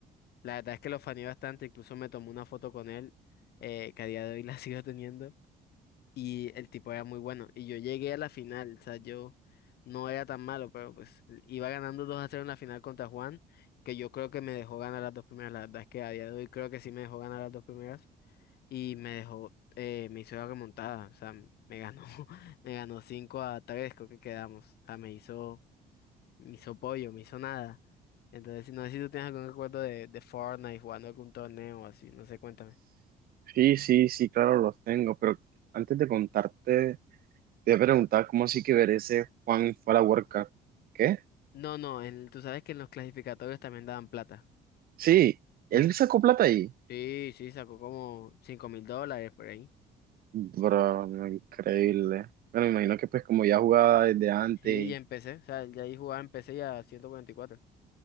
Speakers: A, on the left; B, on the right.
A: la verdad es que lo faneé bastante, incluso me tomé una foto con él, eh, que a día de hoy la <laughs> sigo teniendo. Y el tipo era muy bueno. Y yo llegué a la final, o sea, yo no era tan malo, pero pues iba ganando 2 a cero en la final contra Juan, que yo creo que me dejó ganar las dos primeras. La verdad es que a día de hoy creo que sí me dejó ganar las dos primeras. Y me dejó, eh, me hizo la remontada, o sea, m- me ganó, <laughs> me ganó 5 a 3 creo que quedamos. O sea, me hizo, me hizo pollo, me hizo nada. Entonces, no sé si tú tienes algún recuerdo de, de Fortnite jugando algún torneo o así, no sé, cuéntame.
B: Sí, sí, sí, claro, los tengo, pero antes de contarte, te voy a preguntar cómo así que ver ese Juan fue a la World Cup. ¿Qué?
A: No, no, en- tú sabes que en los clasificatorios también daban plata.
B: Sí, él
A: Sí.
B: sacó plata ahí.
A: Sí, sí, sacó como cinco mil dólares por ahí.
B: Bro, no, increíble. Bueno, me imagino que pues como ya jugaba desde antes
A: Sí, y empecé, o sea, ya ahí jugaba, empecé ya a 144.